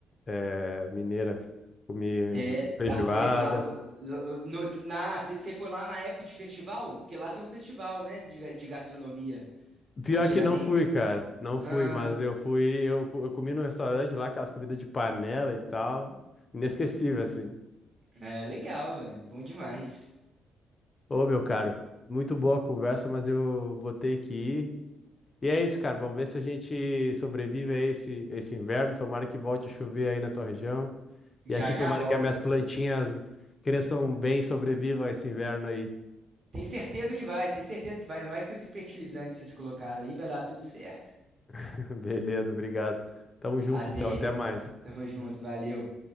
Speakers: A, on the left; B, on the right.
A: eh, mineira, comi
B: É,
A: feijoada.
B: tá certo. Lá, uh, uh, uh, no, na, você foi lá na época de festival? Porque lá tem o festival, né, de, de gastronomia.
A: Pior
B: Em Tiradentes
A: que não fui,
B: tem.
A: cara, não fui,
B: Mano,
A: mas eu fui, eu, co- eu comi num restaurante lá, aquelas comidas de panela e tal, inesquecível, assim.
B: é legal, velho. Bom demais.
A: Ô, meu caro, muito boa a conversa, mas eu vou ter que ir. E é isso, cara. Vamos ver se a gente sobrevive a esse, esse inverno. Tomara que volte a chover aí na tua região. E aqui,
B: Já já
A: tomara
B: volta.
A: que as minhas plantinhas cresçam bem e sobrevivam a esse inverno aí.
B: Tem certeza que vai, tem certeza que vai. Ainda mais com esses fertilizantes que vocês colocaram aí, vai dar tudo certo.
A: <laughs> Beleza, obrigado. Tamo junto,
B: Até.
A: então. Até mais.
B: Tamo junto, valeu.